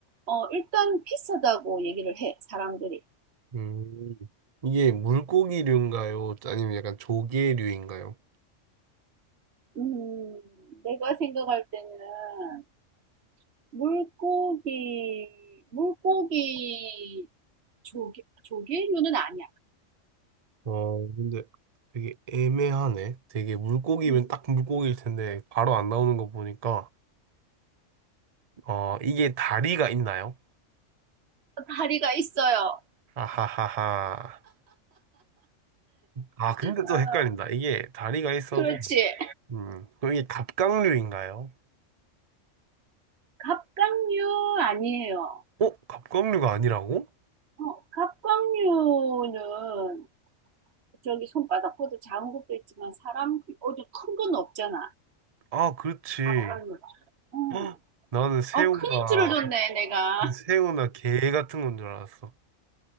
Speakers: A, on the right; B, on the right.
A: 어, 일단 비싸다고 얘기를 해, 사람들이.
B: 음, 이게 물고기류인가요? 아니면 약간 조개류인가요?
A: 음, 내가 생각할 때는 물고기, 물고기 조개, 조개류는 아니야.
B: 어, 근데 되게 애매하네. 되게 물고기면
A: 음.
B: 딱 물고기일 텐데 바로 안 나오는 거 보니까 어, 이게 다리가 있나요?
A: 다리가 있어요.
B: 아하하하. 아, 근데
A: 어,
B: 또 헷갈린다. 이게 다리가 있어도
A: 그렇지.
B: 음, 그럼 이게 갑각류인가요?
A: 갑각류 아니에요.
B: 어? 갑각류가 아니라고?
A: 어, 갑각류는 저기 손바닥보다 작은 것도 있지만 사람 어디 큰 건 없잖아.
B: 아, 그렇지.
A: 갑각류가.
B: <gasps>
A: 응.
B: 헉, 나는 새우나,
A: 어, 큰 힌트를 줬네, 내가.
B: 새우나 게 같은 건 줄 알았어.